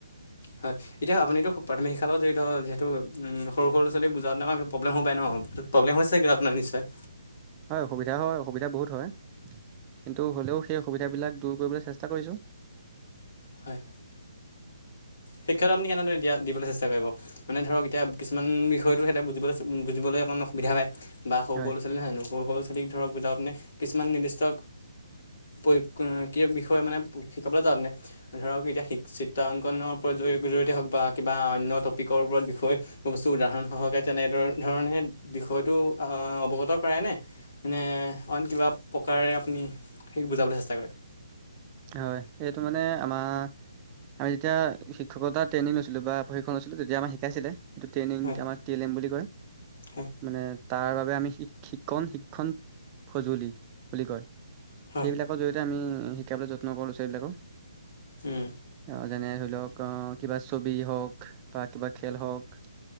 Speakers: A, on the left; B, on the right.
A: হয়। এতিয়া আপুনিতো প্ৰাথমিক শিক্ষাৰ লগত জড়িত যিহেতু সৰু সৰু ল'ৰা ছোৱালীক বুজাওঁতে প্ৰব্লেম'হব পাৰে ন। প্ৰব্লেম হৈছেগে আৰু আপোনাৰ নিশ্চয়।
B: হয় অসুবিধা হয় অসুবিধা বহুত হয় কিন্তু হ'লেও সেই অসুবিধাবিলাক দূৰ কৰিবলৈ চেষ্টা কৰিছোঁ।
A: হয় শিক্ষাটো আপুনি কেনেদৰে দিয়া দিবলৈ চেষ্টা কৰিব। মানে ধৰক এতিয়া কিছুমান বিষয়টো সিহঁতে বুজিবলৈ বুজিবলৈ অকণমান অসুবিধা পায়। বা সৰু
B: হয়
A: সৰু ল'ৰা ছোৱালী নহয় জানো সৰু সৰু ল'ৰা ছোৱালীক ধৰক বুজাওঁ তে কিছুমান নিৰ্দিষ্ট প্ৰয়োগ কিবা বিষয়ে মানে শিকাবলৈ যাওঁ তে। ধৰক এতিয়া চিত্ৰাংকনৰ জ জৰিয়তে হওক বা কিবা অন্য টপিকৰ ওপৰত বিষয়ে বস্তু উদাহৰণ সহকে তেনেদ ধৰণে বিষয়টো আহ অৱগত কৰাই নে। নে অইন কিবা প্ৰকাৰে আপুনি সেই বুজাবলৈ চেষ্টা কৰে।
B: হয় এইটো মানে আমাৰ আমি যেতিয়া শিক্ষকতা ট্ৰেইনিং লৈছিলো বা প্ৰশিক্ষণ লৈছিলো তেতিয়া আমাক শিকাইছিলে। এইটো ট্ৰেইনিং
A: হয়
B: আমাৰ টি এল এম বুলি কয়
A: হয়
B: মানে তাৰ বাবে আমি শিক শিক্ষণ শিক্ষণ সজুলি বুলি কয়।
A: হয়
B: সেইবিলাকৰ জৰি়য়তে আমি শিকাবলৈ যত্ন কৰো ল'ৰা ছোৱালী বিলাকক।
A: উম।
B: আহ যেনে ধৰি লওক আহ কিবা ছবি হওক বা কিবা খেল হওক